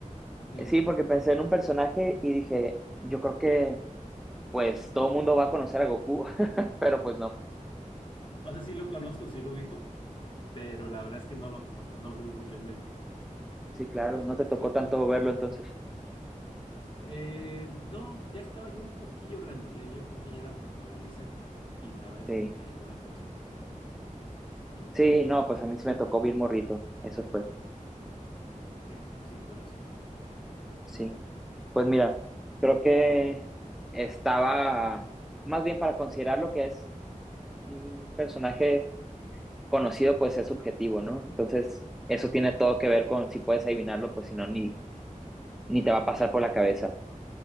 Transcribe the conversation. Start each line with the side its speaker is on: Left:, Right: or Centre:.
Left: Sí,
Centre: Sí,
Left: sí,
Centre: porque
Left: sí.
Centre: pensé en un personaje y dije, yo creo que pues todo el mundo va a conocer a Goku, <laughs> pero pues no.
Left: O sea, sí lo conozco, sí lo ubico, pero la verdad es que no lo, o sea, no lo tengo mucho en mente.
Centre: Sí, claro,
Left: Pero esto,
Centre: no te
Left: esto,
Centre: tocó
Left: esto.
Centre: tanto verlo entonces.
Left: eh, no, ya estaba yo un poquillo grande, yo, yo creo que ya era como adolescente y la verdad
Centre: Sí,
Left: es que no me llamó la atención en su momento. Y
Centre: sí, no, pues a mí sí me tocó bien morrito, eso fue,
Left: eh, sí, pues sí, por eso.
Centre: sí. Pues mira, creo que estaba, más bien para considerar lo que es un personaje conocido, pues es subjetivo, ¿no? Entonces, eso tiene todo que ver con si puedes adivinarlo, pues si no, ni, ni te
Left: Sí,
Centre: va a pasar
Left: no,
Centre: por la cabeza.